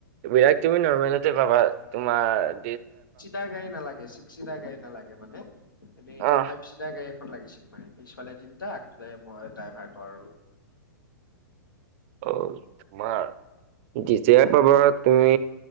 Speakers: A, on the right; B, on the left.
A: বিৰাট তুমি নৰ্মেলতে পাবা। তোমাৰ-
B: তা গাড়ী নালাগে ছিক্স ছিটাৰ গাড়ী নালাগে মানে এনেই
A: অহ
B: ফাইভ ছিটাৰ গাড়ী এ ভাল লাগিছিল আৰু পিছফালে তিনিটা মই ড্ৰাইভাৰটো আৰু
A: অ তোমাৰ। <unintelligible> পাবা, তুমি